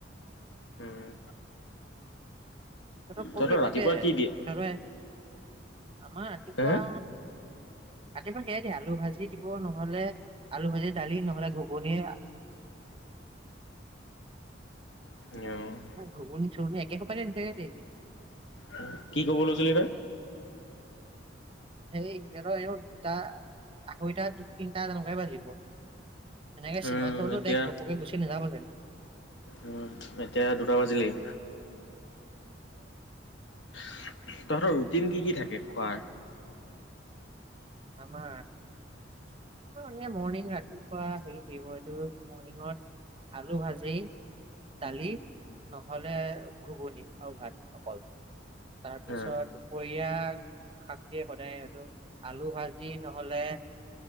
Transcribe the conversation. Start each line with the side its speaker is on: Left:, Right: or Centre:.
Left: উম।
Right: সিহঁতক কবি
Left: তহঁতৰ ৰাতিপুৱা
Right: তাকে,
Left: কি দিয়ে?
Right: <unintelligible> আমাৰ ৰাতিপুৱা
Left: হা?
Right: ৰাতিপুৱা সেইয়াই দিয়ে- আলু ভাজি দিব, নহ'লে আলু ভাজি দালি, নহ'লে ঘুগুনী।
Left: <unintelligible>
Right: আমাক ঘুগুনী-চুগুনি একে সোপাকে দি থাকে ডেইলী।
Left: অ কি কব লৈছিলি তই?
Right: সেই সিহঁতৰ এনেও দুটা আঢ়ৈটা দু তিনটা তেনকাই বাজিব। তেনেকে
Left: উম
Right: চিনেমা চাবলৈও
Left: এতিয়া
Right: ডাইৰেক্ট ঘপকে গুচি নাযাব যে
Left: উম, এতিয়া দুটা বাজিলেই।
Right: উম।
Left: উম তহঁতৰ ৰুটিন কি কি থাকে খোৱাৰ?
Right: আমা? এইটো মানে মৰ্ণিং ৰাতিপুৱা হেৰি থাকিব এইটো মৰ্ণিংত। আলু ভাজি। দালি নহ'লে ঘুগুনি আও ভাত অকল। তাৰ পিছত
Left: উম
Right: দুপৰীয়া শাক দিয়ে সদাই এইটো আলু ভাজি নহ'লে।